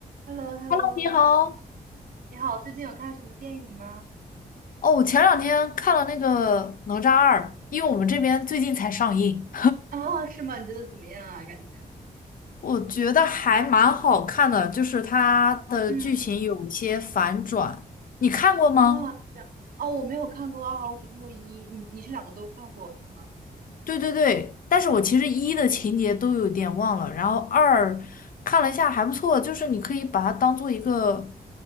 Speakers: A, on the right; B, on the left.
A: h e l l o h e
B: Hello，
A: l l o
B: 你好。
A: 你好，最近有看什么电影吗？
B: 哦，我前两天看了那个《哪吒二》，因为我们这边最近才上映，
A: <laughs> 啊，是吗？你觉得怎么样啊？感觉，
B: <laughs> 我觉得还蛮好看的，就是它的剧情有些反转。
A: 嗯，
B: 你看过吗？
A: 啊是，样，哦，我没有看过二，我只看过一。你你是两个都看过是吗？
B: 对对对，但是我其实一的情节都有点忘了，然后二看了一下还不错，就是你可以把它当做一个